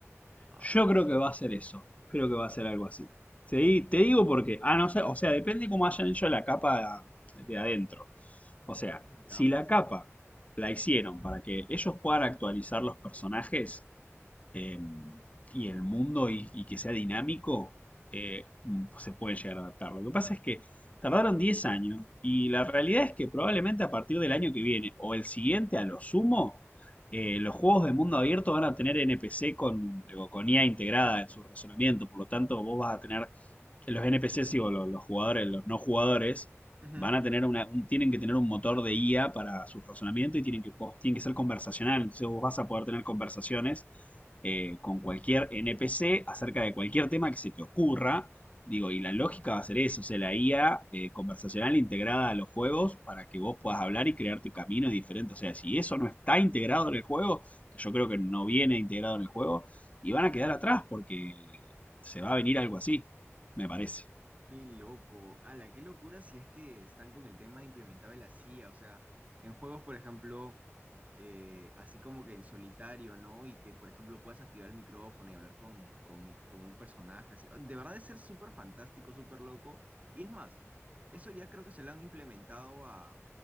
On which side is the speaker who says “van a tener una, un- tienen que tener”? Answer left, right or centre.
Left